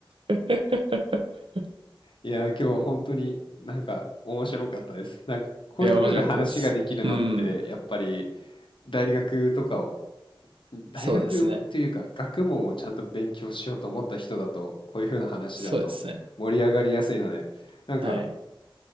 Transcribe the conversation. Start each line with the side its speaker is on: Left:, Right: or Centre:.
Right: <laughs>
Left: いやー、今日本当になんか面白かったです。なんかこういう風な話ができるのって、
Right: いや、面白かったです。うん。
Left: やっぱり大学とかを、大学というか学問をちゃんと勉強しようと思った人だと、
Right: そうですね。
Left: こういう風な話だと盛り上がりやすいので、
Right: そうですね。
Left: なんか、
Right: はい。